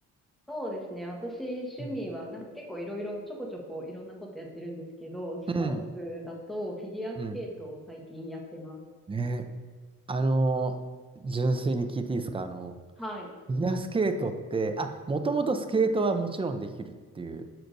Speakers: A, in the centre; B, on the right.
A: そうですね。私、趣味は、
B: うん
A: なんか結構いろいろ、ちょこちょこいろんなことやってるんですけど、スポーツだとフィギュアスケートを最近やってます。
B: うん、うん。ねえ、あの、純粋に聞いていいですかあの、
A: はい。
B: フィギュアスケートって、あ、もともとスケートはもちろんできるっていう。